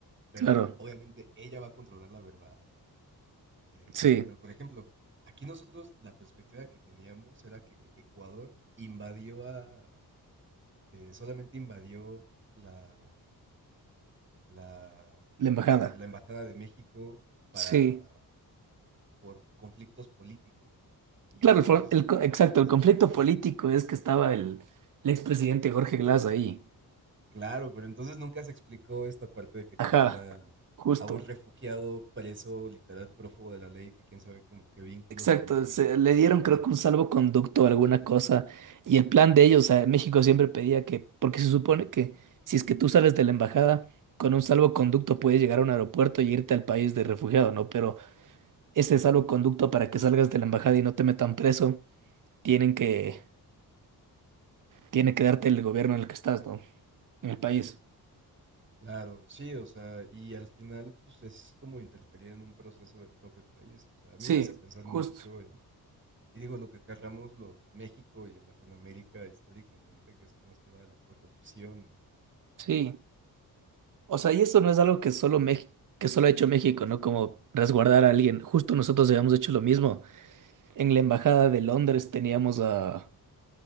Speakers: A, on the right (about 30°); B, on the right (about 55°).
A: pero
B: claro.
A: obviamente ella va a controlar la verdad. Eh,
B: Sí,
A: pero por ejemplo, aquí nosotros la perspectiva que teníamos era que Ecuador invadió a, eh, solamente invadió la, la,
B: la embajada.
A: eh, la Embajada de México para
B: Sí.
A: por conflictos políticos. Y
B: Claro,
A: entonces,
B: el, for- el co- exacto,
A: lo que
B: el
A: se
B: conflicto
A: nos explica-
B: político es que estaba el, el expresidente Jorge Glass ahí.
A: claro, pero entonces nunca se explicó esta parte de que
B: Ajá,
A: tenían a,
B: justo.
A: a un refugiado preso, literal prófugo de la ley, que quién sabe como qué vínculos
B: Exacto,
A: tenía,
B: se- le dieron
A: qué contratos
B: creo que un salvoconducto
A: tenía.
B: o alguna cosa. Y el plan de ellos, o sea, México siempre pedía que, porque se supone que si es que tú sales de la embajada con un salvoconducto puedes llegar a un aeropuerto y irte al país de refugiado, ¿no? Pero ese salvoconducto
A: Sí.
B: para que salgas de la embajada y no te metan preso, tienen que, tiene que darte el gobierno en el que estás, ¿no? En el país.
A: Claro, sí, o sea, y al final, pues es como interferir en un proceso del propio país. O sea, a
B: Sí,
A: mí me hace pensar
B: justo.
A: mucho en, y digo, lo que acarramos los México y en Latinoamérica históricamente, que es como esta onda de la corrupción, ¿no? O
B: Sí,
A: sea,
B: O sea, y eso no es algo que solo México, que solo ha hecho México, ¿no? Como resguardar a alguien. Justo nosotros habíamos hecho lo mismo. En la embajada de Londres teníamos a,